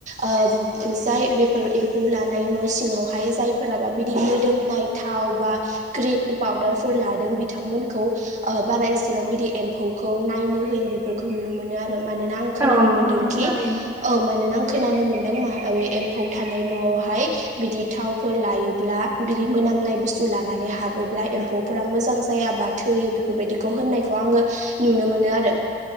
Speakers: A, on the right; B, on the right.
A: ओ जाय बेफोर लानाय न' सिङावहाय जायफोराबा बिदि मोदोमनाय थाव बा क्रि पाउदारफोर लादों बिथांमोनखौ ओ बारा इसेबां बिदि एम्फौखौ नायनो होयो बेफोरखौ नुनो मोनो आरो मानोना आं खोनानो
B: औ नंगौ
A: मोन्दोंखि
B: नोंथां थारैनो
A: औ मानोना खोनानो मोन्दों मा एम्फौ न'आवहाय बिदि थावफोर लायोब्ला बिदि मोनामनाय बुस्तु लानानै हाबो ब्ला एम्फौफोरा मोजां जाया बा थोयो बेफोरबायदिखौ होननायखौ आङो नुनो मोनो आरो।